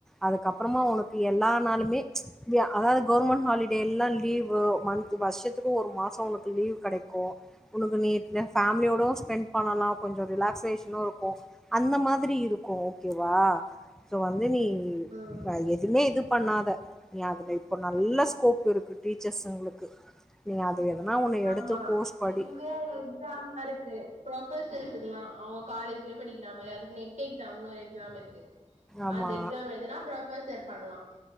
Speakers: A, in the centre; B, on the right.
A: அதுக்கப்பறமா ஒனக் எல்லா நாளுமே வெ அதாவது கவுர்மெண்ட் ஹாலிடே எல்லா லீவ் மந் த் வருஷத்துக்கு ஒரு மாசோ ஒனக்கு லீவ் கெடைக்கு உனக்கு நீ் வெ ஃபேமிலியோடொ ஸ்பெண்ட் பண்ணலா கொஞ்சொ ரிலாக்சேஷனு இருக்கு அந்த மாதிரி இருக்கு ஓகேவா சோ வந்து நீ
B: ம் ம்
A: அ எதுவுமே இது பண்ணாத நீ அதுல இப்ப நல்ல ஸ்கோப் இருக்கு டீச்சர்ஸ்ங்களுக்கு நீ அது எதனா ஒன்னு
B: ஆமா
A: எடுத்து கோர்ஸ் படி
B: இதுவே எக்ஸாம்லா ருக்கு ப்ரொஃபஸ் வச்சுக்கல்லா அவங்க காலேஜ் இதுலே படிக்கிறா மார் அதுக்கு நெட் எக்ஸாம்னு ஒரு எக்ஸாம் இருக்கு
A: ஆமா
B: அந்த எக்ஸாம் எழுதுனா ப்ரொஃபசர் பண்ணலா